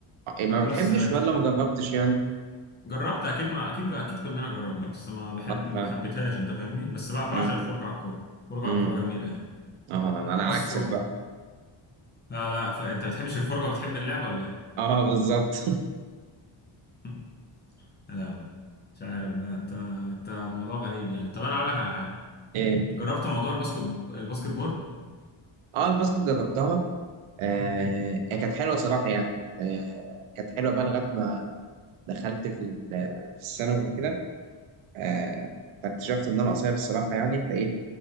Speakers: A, on the right; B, on the left.
A: آه، إيه، ما
B: بس
A: بتحبش
B: لكن
A: ولا ما جربتش يعني؟
B: جربت اكيد ما اكيد اكيد كلنا جربنا بس ما بحب
A: أه
B: ما
A: فاهم
B: بحبتهاش انت فاهمني بس بع- بعشق
A: أمم،
B: الفرجة على الكورة الفرجة
A: أمم.
B: على الكورة جميلة يعني
A: أه أنا أنا عكسك
B: بس و...
A: بقى
B: لا لا ف... انت بتحبش الفرجة وبتحب اللعبة ولا ايه؟
A: أه بالظبط <laughs>
B: <laughs> لا بي. مش عارف بقى انت انت موضوع غريب يعني طب انا اقول لك على حاجة
A: إيه
B: جربت موضوع الباسكت الباسكت بول
A: أه الباسكت جربتها آه هي كانت حلوة صراحة يعني آه كانت حلوة بقى لغاية ما دخلت في ال- في الثانوي وكده آه فاكتشفت إن أنا قصير الصراحة يعني فإيه